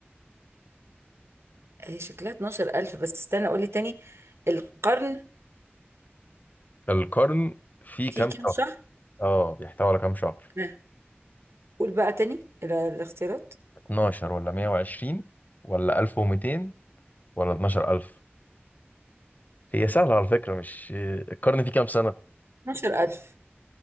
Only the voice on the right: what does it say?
هي شكلها 12000 بس استنى قول لي تاني القرن
فيه
كام
شهر
آه. قول بقى تاني ال- الاختيارات
12000